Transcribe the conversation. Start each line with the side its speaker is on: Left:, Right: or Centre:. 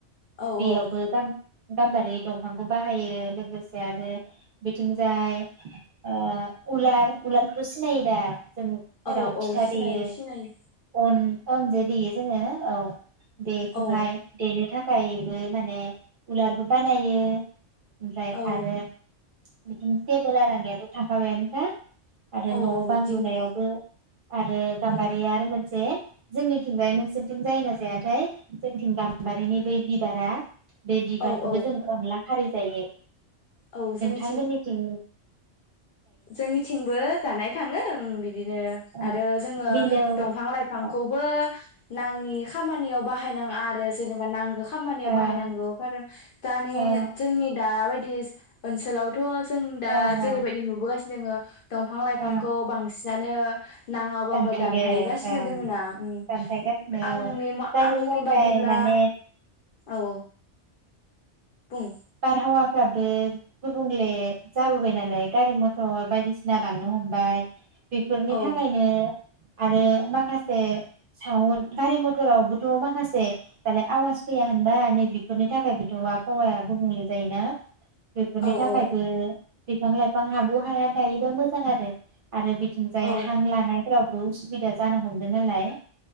Left: औ
Right: बेयावबो गाम गाम्बारि दंफांखौ बाहायो लोगोसे आरो बिथिं जाय ओ उलार उलारखौथ' सिनायो दा? जों
Left: औ
Right: जेराव फिथा
Left: औ सिनायो
Right: देयो
Left: सिनायो
Right: अन अनजे देयो जोङो औ । बेखौहाय
Left: औ
Right: देनो थाख गायबो माने उलारबो बानायो ओमफ्राय
Left: औ
Right: आरो <unintelligible> हेबोला रागायाथ' थाखागोन हो? आरो
Left: औ
Right: न'
Left: औ
Right: बां
Left: दिंखि
Right: लुनायावबो आरो गाम्बारिया
Left: औ
Right: आरो मोनसे जोंनिथिंजाय नोंसोरनिथिं जाय ना जायाथाय जोंनिथिं गाम्बारिनि बै बिबारा बे बिबारखौबो
Left: औ औ
Right: जों अनला खारि जायो
Left: औ जोंनि
Right: थां मोनिथिं
Left: जोंनिथिंबो जानाय थाङो उं। बिदिनो
Right: औ
Left: आरो जोङो
Right: मिलौ
Left: दंफां लाइफांखौबो
Right: ओ
Left: नाङि खामानियाव बाहायनाङा आरो जेनेबा नांगो खामानियाव
Right: ओं
Left: बाहायनांगौ खारन दानि
Right: ओं
Left: जोंनि दा बाय बिस ओनसोलावथ' जों दा
Right: ओं
Left: जेरैबाय
Right: ओं
Left: बासिनोङो दंफां लाइफांखौ
Right: ओं
Left: बांसिन दानो नाङाबाबो
Right: दानफायदों
Left: दानफाहैगासिनो
Right: ओं
Left: दोङ ना उम
Right: दानफायगासिनो
Left: आंनि
Right: औ जायनि
Left: आंनि
Right: थाखाय
Left: बादिब्ला
Right: माने
Left: औ बुं
Right: बारहावा फ्राबो गुबुंले जाबोबाय नालाय गारि मथर बायदिसिना बांनो हमबाय। बेफोरनि
Left: औ
Right: थाखायनो आरो माखासे सावन गारि मथरावबोथ माखासे दालाय आवाज फैया होनबा नैबेफोरनि थाखायबोथ आबहावाया गुबुंले जायोना। बेफोरनि
Left: औ
Right: थाखायबो
Left: औ
Right: बिफां लाइफां हाबौ हाया गायोबा मोजां आरो। आरो बिथिंजाय
Left: औ
Right: हां लानायफोराव उसुबिदा जानो हमदों नालाय।